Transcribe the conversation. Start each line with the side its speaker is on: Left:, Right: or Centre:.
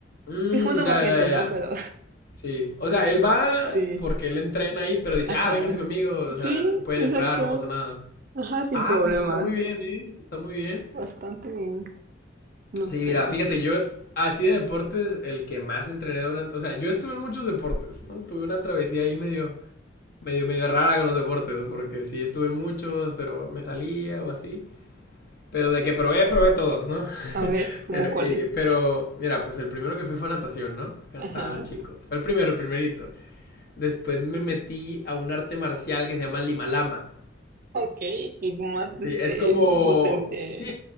Left: Mm,
Right: Se junta
Left: ya,
Right: más gente,
Left: ya,
Right: ¿no?
Left: ya.
Right: Pero
Left: Sí, o sea, él va
Right: <laughs>
Left: porque
Right: sí.
Left: él entrena ahí, pero dice,
Right: Ajá.
Left: ah, vénganse conmigo, o
Right: Sí,
Left: sea, pueden
Right: exacto.
Left: entrar, no pasa nada.
Right: Ajá, sin
Left: Ah,
Right: problema.
Left: pues está muy bien, ¿eh? Está muy bien.
Right: Bastante bien. No
Left: Sí,
Right: sé.
Left: mira, fíjate, yo así de deportes, el que más entrené durante, o sea, yo estuve en muchos deportes, ¿no? Tuve una travesía ahí medio, medio, medio rara con los deportes, porque sí estuve en muchos, pero me salía o así. Pero de que probé, probé todos, ¿no? <laughs>
Right: A ver, ¿cómo
Left: Pero, y-
Right: cuáles?
Left: pero, mira, pues el primero que fui fue natación, ¿no? Cuando
Right: Ajá.
Left: estaba chico. Fue el primero, el primerito. Después me metí a un arte marcial que se llama Limalama.
Right: Ok, algo más
Left: Sí,
Right: este
Left: es como.
Right: potente.
Left: Sí,